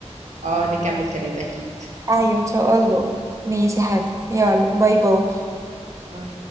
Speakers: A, on the right (about 80°); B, on the right (about 25°).
A: اه نكمل كلام اكيد
B: ايوه ان شاء الله ماشي يا حبيبتي يلا باي باي
A: باي